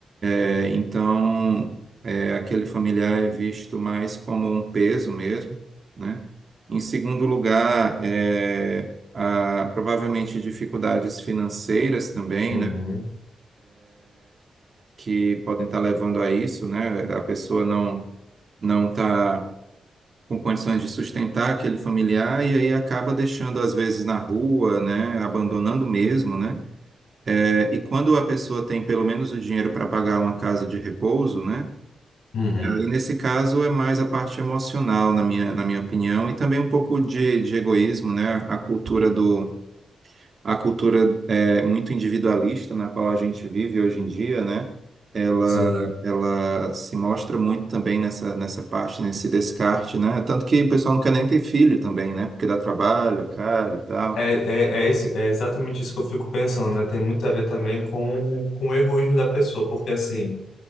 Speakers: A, on the right (about 35°); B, on the left (about 80°).
A: É, Então, é, aquele familiar é visto mais como um peso mesmo, né? Em segundo lugar, é, a- provavelmente dificuldades financeiras também,
B: uhum,
A: né? Que podem estar levando a isso, né? A pessoa não não está com condições de sustentar aquele familiar e aí acaba deixando às vezes na rua, né? Abandonando mesmo, né? É, e quando a pessoa tem pelo menos o dinheiro para pagar uma casa de repouso, né?
B: uhum.
A: E nesse caso é mais a parte emocional, na minha, na minha opinião, e também um pouco de, de egoísmo, né? A cultura do, a cultura é, muito individualista na qual a gente vive hoje em dia, né? Ela,
B: Sim.
A: ela se mostra muito também nessa, nessa parte, nesse descarte, né? Tanto que o pessoal não quer nem ter filho também, né? Porque dá trabalho, é caro e tal.
B: É, é, é, isso, é exatamente isso que eu fico pensando, né? Tem muito a ver também com, com o egoísmo da pessoa, porque assim,